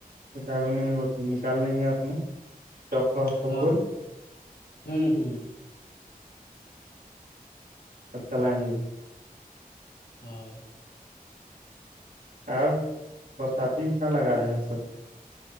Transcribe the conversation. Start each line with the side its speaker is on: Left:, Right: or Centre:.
Right: وہ نکال لیں گے اپنا جب بھر اھر
Left: ہاں
Right: کوئی
Left: ہوں ہوں
Right: اچھا لائیں گے
Left: ہاں
Right: ا برساتی کہ لگا رہے ہیں سبزی